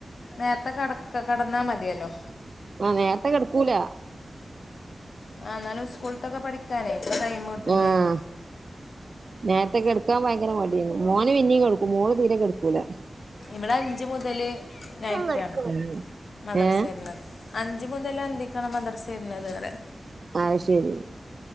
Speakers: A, on the left (about 80°); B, on the right (about 60°).
A: നേരത്തെ കടക്ക കടന്നാ മതിയല്ലോ
B: ആഹ് നേരത്തെ കിടക്കൂല
A: ആഹ് എന്നാലും സ്കൂളിലത്തെയൊക്കെ പഠിക്കാനേ ടൈം കിട്ടുകയുംചെയ്യും
B: ആഹ് നേരത്തെ കിടക്കാൻ ഭയങ്കര മടിയായിരുന്നു മോനുപിന്നേം കെടക്കും മോളുതീരെ കെടക്കൂല
A: ഇവിടെയഞ്ചുമുതല് നൈറ്റാണ്
B: ഉം
A: മദ്രസയുളളത്
B: ഏഹ്
A: അഞ്ചു മുതലന്തിക്കാണ് മദ്രസയുള്ളതിവിടെ
B: അതുശരി